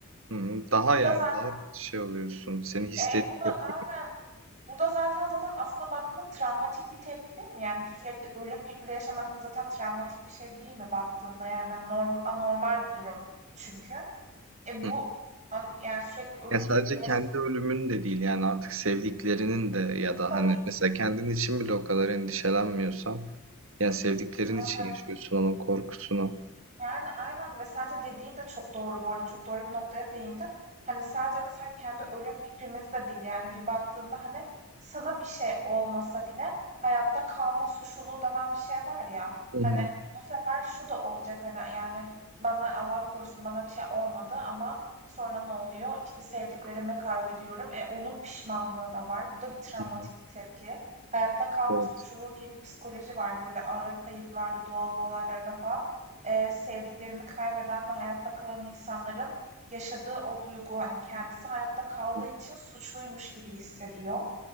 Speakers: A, on the right; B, on the right.
A: hı hı, daha
B: bu
A: yani
B: da zaten
A: daha şey oluyorsun. Seni hisset
B: e, bu da
A: yapıyor.
B: aynen bu da zaten zaten aslında baktığında travmatik bir tepki değil mi? Yani sürekli ölüm fikriyle yaşamak da zaten travmatik bir şey değil mi baktığında? Yani normal anormal bir durum çünkü. E bu
A: Hı.
B: an- yani sürekli ölüm
A: Yani sadece
B: fikriyle yaşamak
A: kendi ölümün de değil yani artık sevdiklerinin de ya da
B: tabii
A: hani
B: ki
A: mesela kendin için bile o kadar endişelenmiyorsan yani sevdiklerin
B: aynen
A: için yaşıyorsun onun korkusunu.
B: Yani, aynen ve sadece dediğin de çok doğru bu arada. Çok doğru bir noktaya değindin. Hani, sadece mesela kendi ölüm fikrimiz de değil, yani, bir baktığında, hani, sana bir şey olmasa bile hayatta kalma suçluluğu denen bir şey var ya,
A: Hı
B: hani,
A: hı.
B: bu sefer şu da olacak, hani, yani, bana Allah korusun bana bir şey olmadı ama sonra ne oluyor? İşte, sevdiklerimi kaybediyorum. E, onun pişmanlığı da var. Bu da bir travmatik
A: Hı hı.
B: bir tepki. Hayatta kalma
A: Evet.
B: suçluluğu diye bir psikoloji var, böyle, ağır kayıplarda, doğal olaylarda falan. Eee, sevdiklerini kaybeden ve hayatta kalan insanların yaşadığı o duygu, hani, kendisi hayatta kaldığı
A: Hı.
B: için suçluymuş gibi hissediyor.